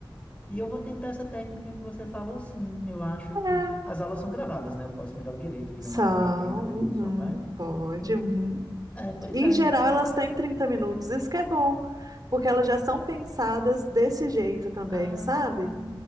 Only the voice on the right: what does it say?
É.
São,
uhum,
pode,
uhum.
E, Em
geral,
elas têm 30 minutos, isso que é bom, porque elas já são pensadas desse jeito também,
sabe?